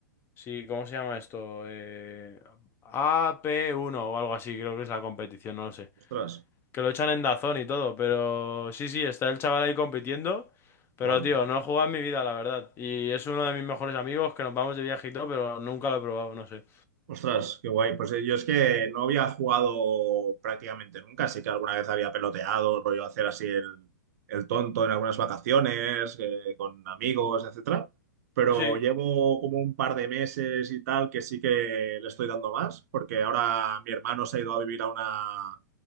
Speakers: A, on the left; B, on the right.
A: Sí, ¿cómo se llama esto? Eh, AP1 o algo así, creo que es la competición, no lo sé.
B: Ostras.
A: Que lo echan en Dazón y todo, pero sí, sí, está el chaval ahí compitiendo. Pero,
B: Guau,
A: tío,
B: pues
A: no he jugado en mi vida, la verdad. Y es uno de mis mejores amigos que nos vamos de viaje y todo, pero nunca lo he probado, no sé.
B: Ostras, qué guay. Pues eh, yo es que no había jugado prácticamente nunca, así que alguna vez había peloteado, rollo hacer así el, el tonto en algunas vacaciones, eh, con amigos, etcétera. Pero
A: Sí.
B: llevo como un par de meses y tal que sí que le estoy dando más, porque ahora mi hermano se ha ido a vivir a una,